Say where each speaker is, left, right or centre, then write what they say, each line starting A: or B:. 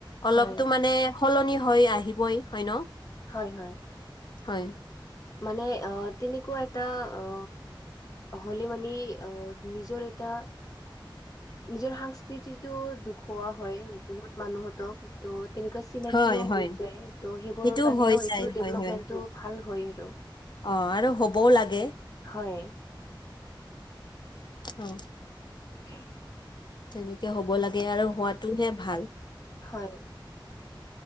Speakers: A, on the left; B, on the left.
A: অলপতো
B: হয়,
A: মানে সলনি হৈ আহিবই, হয় ন?
B: হয় হয়।
A: হয়।
B: মানে অ তেনেকুৱা এটা অ হলে মানে অ নিজৰ এটা নিজৰ সংস্কৃতিটো দখুৱা হয় বহুত মানুহ হতক ত তেনেকুৱা চিনাকিও
A: হয় হয়
B: হৈ যাই, ত' সেইবোৰৰ
A: সেইটো
B: কাৰণেও
A: হৈ
B: এইটো
A: যায় হয়
B: ডেভলপমেন্টটো
A: হয়
B: ভাল হয় আৰু।
A: অ আৰু হ'বও লাগে।
B: হয়।
A: অ।
B: <inaudible>
A: তেনেকে হ'ব লাগে আৰু হোৱাটোহে ভাল।
B: হয়।